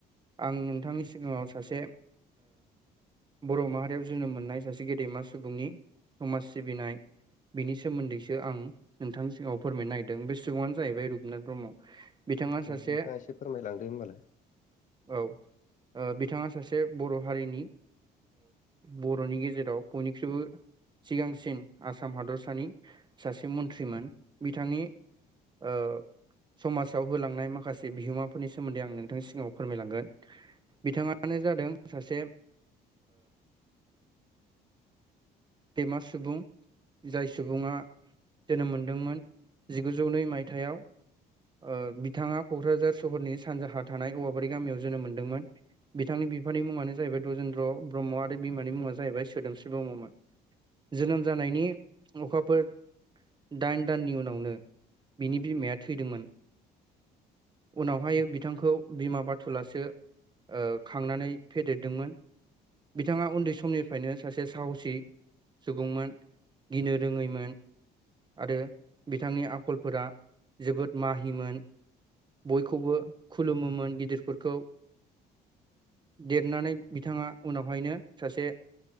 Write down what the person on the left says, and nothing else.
दे
नोंथाङा एसे फोरमायलांदो होमबालाय